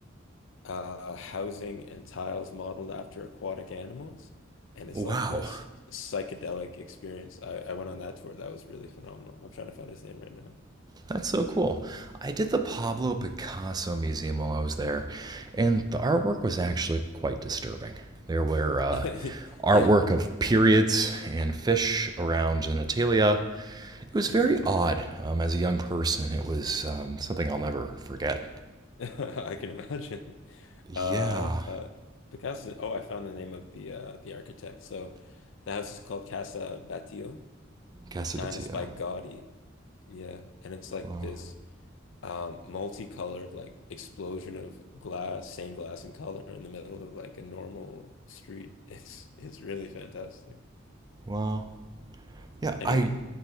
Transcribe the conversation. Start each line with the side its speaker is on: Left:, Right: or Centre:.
Left: uh, housing and tiles modeled after aquatic animals. And it's
Right: Wow.
Left: like this psychedelic experience. I, I went on that tour. That was really phenomenal. I'm trying to find his name right now.
Right: That's so cool. I did the Pablo Picasso Museum while I was there, and the artwork was actually quite disturbing. There were uh,
Left: <laughs> Yeah.
Right: artwork
Left: Yeah.
Right: of periods and fish around genitalia. It was
Left: hmm
Right: very odd. Um, as a young person, it was um, something I'll never forget.
Left: <laughs> I can imagine.
Right: Yeah,
Left: Uh, uh, Picasso. Oh, I found the name of the uh, the architect. So the house is called Casa Batlló
Right: Casabitio.
Left: and it's by Gaudi. Yeah. And it's like
Right: Well,
Left: this. um, multicolored like explosion of glass, stained glass and color in the middle of like a normal street. <laughs> It's it's really fantastic.
Right: well, yeah,
Left: Anyway,
Right: I